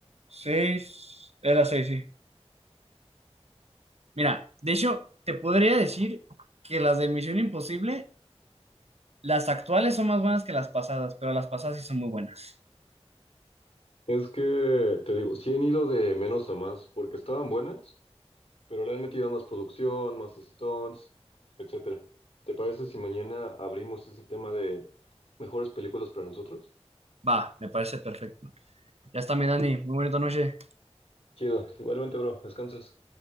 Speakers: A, on the right; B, on the left.
A: 6. Era 6 sí. Mira, de hecho, te podría decir que las de Misión Imposible, las actuales son más buenas que las pasadas, pero las pasadas sí son muy buenas.
B: Es que, te digo, sí han ido de menos a más, porque estaban buenas, pero le han metido más producción, más stunts, etcétera. ¿Te parece si mañana abrimos ese tema de mejores películas para nosotros?
A: Va, me parece perfecto. Ya está, mi Dani. Muy bonita noche.
B: Chido, igualmente, bro, descansas.